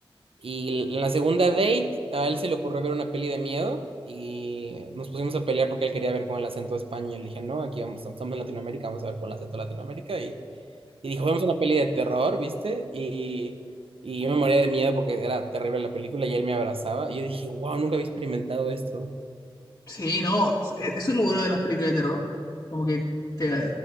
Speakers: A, on the right; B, on the left.
A: Y en la segunda date, a él se le ocurrió ver una peli de miedo y nos pusimos a pelear porque él quería ver con el acento de España. Y yo le dije, no, aquí vamos, estamos en Latinoamérica, vamos a ver con el acento de Latinoamérica. Y, y dijo, vemos una peli de terror, ¿viste? Y, y yo me moría de miedo porque era terrible la película y él me abrazaba. Y yo dije, wow, nunca había experimentado esto.
B: Sí, no, e- eso es lo bueno de las películas de terror. Como que te,